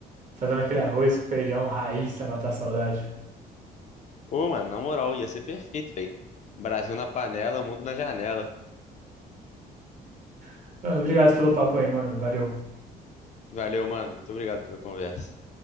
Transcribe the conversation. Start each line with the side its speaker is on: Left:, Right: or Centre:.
Right: Fazendo aquele arroz com feijão, raiz pra matar a saudade.
Left: Ô, mano, na moral, ia ser perfeito, velho. Brasil na panela, mundo na janela.
Right: <laughs> Obrigado pelo papo aí, mano. Valeu.
Left: Valeu, mano. Muito obrigado pela conversa.